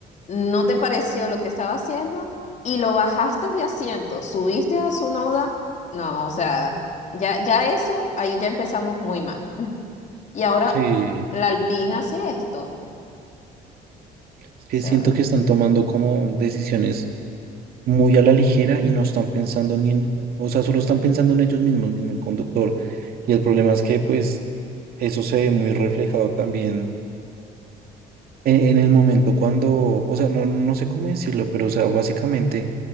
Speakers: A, on the left (about 45°); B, on the right (about 65°).
A: no te pareció lo que estaba haciendo y lo bajaste de asiento, subiste a Sunoda. No, o sea, ya, ya eso, ahí ya empezamos muy mal. <laughs> Y ahora
B: Sí,
A: la Alpine hace esto. O
B: es que
A: sea,
B: siento que están tomando como decisiones muy a la ligera y no están pensando ni en, o sea, solo están pensando en ellos mismos, ni en el conductor. Y el problema es que, pues, eso se ve muy reflejado también en en el momento cuando, o sea, no, no sé cómo decirlo, pero, o sea, básicamente